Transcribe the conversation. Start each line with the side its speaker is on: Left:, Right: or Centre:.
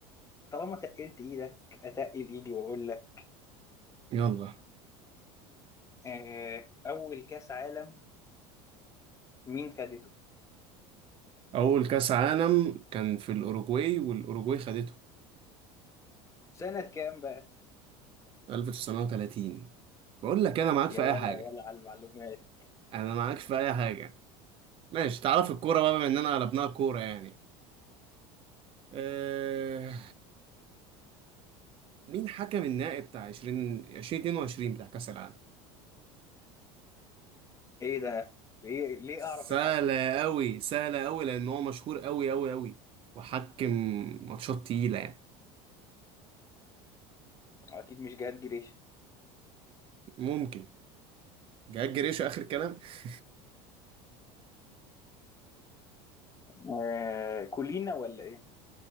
Left: طالما تقلت إيدك أتقل إيدي وأقول لك
Right: يلا
Left: آه... أول كأس عالم مين خدته؟
Right: أول كأس عالم كان في الأوروجواي والأوروجواي خدته
Left: سنة كام بقى؟
Right: 1930 بقول لك أنا معاك
Left: يا
Right: في
Left: ولا
Right: أي حاجة
Left: يا ولا على المعلومات
Right: أنا معاك في أي حاجة ماشي تعرف الكورة بقى بما إننا قلبناها كورة يعني أه... مين حكم النهائي بتاع 20 2022 بتاع كأس العالم؟
Left: إيه ده؟ ليه ليه
Right: سهلة
Left: أعرف الحكم؟
Right: أوي سهلة أوي لأن هو مشهور أوي أوي أوي وحكم ماتشات تقيلة يعني
Left: أكيد مش جهاد جريشة
Right: ممكن جاك جريشة آخر كلام <laughs>
Left: آه... كولينا ولا إيه؟